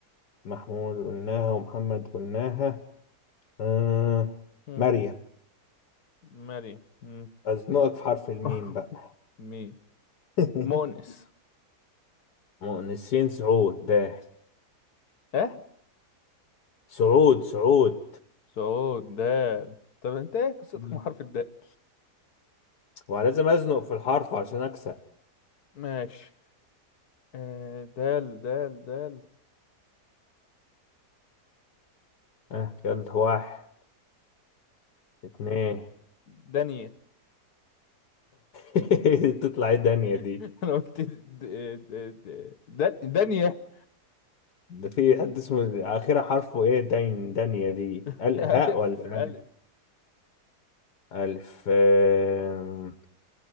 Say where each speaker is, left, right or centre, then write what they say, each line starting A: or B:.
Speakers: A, on the left (about 80°); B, on the left (about 70°).
A: محمود قلناها ومحمد قلناها آه،
B: مم.
A: مريم
B: مريم مم.
A: أزنقك في حرف الميم
B: <laughs>
A: بقى
B: مين
A: <laughs>
B: مؤنث
A: مؤنسين سعود داخل
B: اه
A: سعود سعود
B: صعود دال طب انت ايه قصتك
A: مم.
B: مع حرف الدال
A: ولازم أزنق في الحرف عشان أكسب
B: ماشي آه، دال دال دال
A: آه يلا واحد اتنين
B: دانية
A: <laughs> تطلع ايه دنيا
B: <laughs>
A: دي
B: انا قلت د- د- د- دال دانية
A: ده في حد اسمه آخرها حرفه إيه داين دانيا دي
B: <laughs>
A: ال
B: الف
A: هاء ولا
B: الف
A: ألف ألف آم،